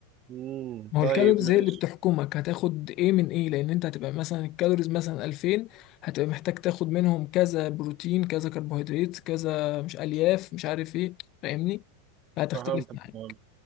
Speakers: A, on the right; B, on the left.
A: امم
B: ما
A: طيب
B: هو الكالوريز
A: ماشي
B: هي اللي بتحكمك هتاخد ايه من ايه لان انت هتبقى مثلا الكالوريز مثلا 2000 هتبقى محتاج تاخد منهم كذا بروتين كذا كربوهيدرات كذا مش الياف مش عارف ايه فاهمني فهتختلف
A: فهمتك
B: معاك
A: فهمت.